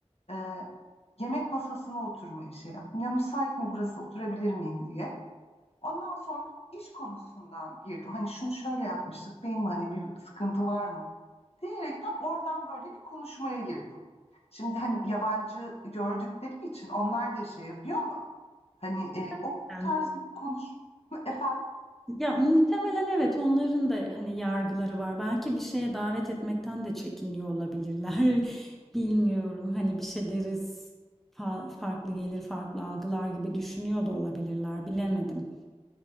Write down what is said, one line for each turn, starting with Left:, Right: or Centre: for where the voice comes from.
Left: e, yemek masasına oturmayı şey yaptım. Ya müsait mi burası oturabilir miyim diye. Ondan sonra iş konusundan girdim. Hani şunu şöyle yapmıştık değil mi? Hani bir sıkıntı var mı? diyerekten oradan böyle bir konuşmaya girdim. Şimdi hani yabancı gördükleri için onlar da şey yapıyor ama hani e, o
Centre: Muhtemelen.
Left: tarz bir konuşma <laughs> efendim
Centre: Ya muhtemelen evet onların da hani yargıları var. Belki bir şeye davet etmekten de çekiniyor olabilirler. <laughs> Bilmiyorum. Hani bir şey deriz fa- farklı gelir, farklı algılar gibi düşünüyor da olabilirler. Bilemedim.